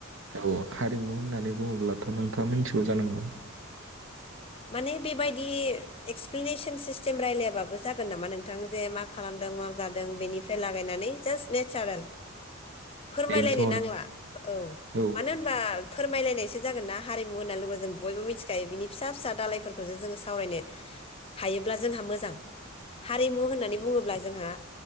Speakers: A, on the right; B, on the left.
A: औ हारिमु होननानै बुङोब्लाथ' नोंथाङा मिथिगौ जानांगौ?
B: माने बेबायदि एसप्लेने सन सिस्टेम रायलायाबो जागोन नामा नोंथां जे मा खालामदों मा जादों बेनिफ्राय लागायनानै जास नेचारेल फोरमायलायनो
A: बेनोथ'
B: नांला औ
A: नों औ
B: मानो होनबा फोरमायलायनायसो जागोन ना हारिमु होनना लोगो जों बयबो मिथिखायो बिनि फिसा फिसा दालाइफोर जोङो हायोब्ला जोंहा मोजां हारिमु होन होननानै बुङोब्ला जोंहा